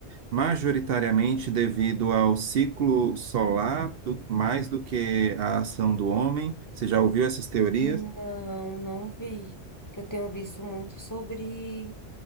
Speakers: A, on the right; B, on the left.
A: majoritariamente devido ao ciclo solar do- mais do que a ação do homem? Você já ouviu essas teorias?
B: Não, não vi. Que eu tenho visto muito sobre